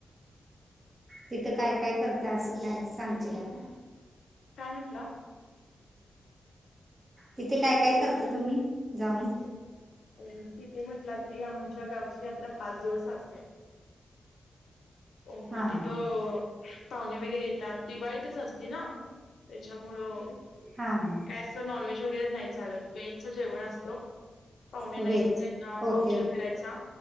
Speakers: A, on the right (about 30°); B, on the left (about 80°).
A: तिथं काय काय करत असं काय सांगश का?
B: काय म्हेटला.
A: तिथे काय काय
B: तिकडे
A: करता तुम्ही जाऊन.
B: अ तिथे म्हटलं तरी आमच्या गावची यात्रा पाच दिवस असते. हो म
A: हां
B: तिथ
A: हां
B: पाहुणे वगैरे येतात दिवाळीतच असते ना त्याच्यामुळं.
A: हा ह.
B: वज नॉन व्हेज वगैरे नाही चालत वेजचं जेवण असतं. पाहुणे नाहीईल
A: हां व्हेज
B: त्यांना पांचर
A: ओके ओके
B: घरायचा